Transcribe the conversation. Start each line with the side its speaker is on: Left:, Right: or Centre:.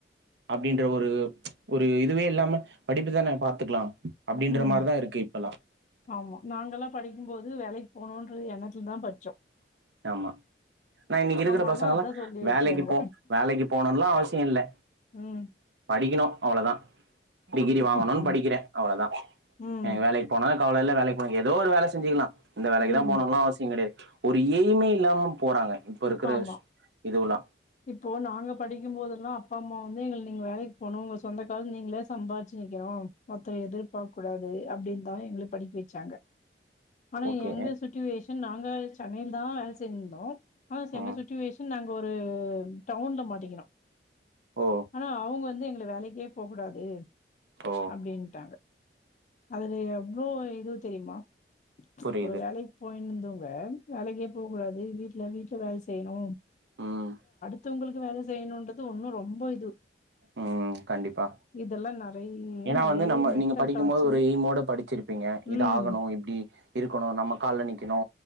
Right: அப்படின்ற ஒரு ஒரு இதுவே இல்லாம படிப்புதானேபார்த்துக்கலாம் அப்படின்ற
Left: ம்.
Right: மாரிதா இருக்கு இப்பல்லா
Left: ஆமா நாங்கெலா படிக்கும்போது வேலைக்கு போம் ன்றது எண்ணத்துல தா படிச்சோ
Right: ஆமா நா இன்னிக்கு இருக்கிற
Left: அம்மாலாம்
Right: பசங்கலா
Left: அதான் சொல்லி
Right: வேலைக்கு
Left: வச்சாங்க.
Right: போம் வேலைக்கு போணுமெல்லா அவசியோ இல்ல
Left: ம்.
Right: படிக்கணோ அவ்ளோதா டிகிரி
Left: ம்,
Right: வாங்கணும்ன்னு படிக்கிறேன் அவ்வளோதா
Left: ம்.
Right: எனக்கு வேலைக்கு போனா அவலல்ல வேலைக்கு போக ஏதோ ஒரு வேலைசெஞ்சிக்கலாம் இந்த வேலைக்கு
Left: ம்
Right: தா போகணோலா அவசியம் கெடையாது எய்மே இல்லாம போறாங்க இப்போ இருக்கிற
Left: ஆமா.
Right: இதுவுல்லா
Left: இப்போ நாங்க படிக்கும் போதெல்லா அப்பா அம்மா வந்து எங்கள நீங்க வேலைக்கு போகனோ உங்க சொந்த காசுலேநீங்களே சம்பாதிச்சு நிக்கணோ ஒருத்தவங்கள எதிர்பார்க்க கூடாது அப்படின்னு தா எங்கள படிக்க வெச்சாங்க ஆனா
Right: ஓகே
Left: எங்க சிட்டுவேஷன் நாங்க சென்னைல தா வேலை செஞ்சிந்தோம் ஆ
Right: ம்
Left: எங்க சிட்டுவேஷன் நாங்க ஒரு டவுன்ல மாட்டிக்கணோ
Right: ஓ
Left: ஆனா அவுங்க வந்து எங்கள வேலைக்கே போகக்கூடாது
Right: ஓ
Left: அப்டீன்ட்டாங்க அதுல எவ்வளோ இது தெரியுமா
Right: புரியுது
Left: ஒரு வேலைக் போ ந்தவங்க வேலைக்கே போவ கூடாது வீட்ல வீட்ல வேல செய்ணு
Right: ம்
Left: த்தவங்களுக்கு வேல செய்ணுன்றது ஒன்னு ரொம்ப இது
Right: உம் கண்டிப்பா
Left: இதெல்லா நெறைய
Right: ஏனா
Left: நெறைய
Right: வந்து நம்ம
Left: மென்டல்
Right: நீங்க படிக்கும்
Left: டார்ச்சர்
Right: போது ஒரு எய்மோட படிச்சிருப்பீங்க இது
Left: ம்
Right: ஆகணு இப்டி இருக்கணு நம்ம கால்ல நிக்கணு